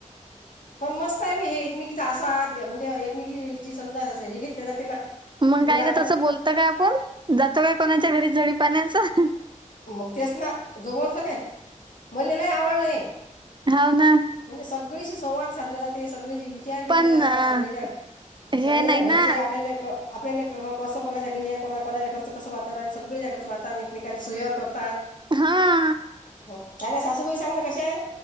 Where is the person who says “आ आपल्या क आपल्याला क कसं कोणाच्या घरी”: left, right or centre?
Left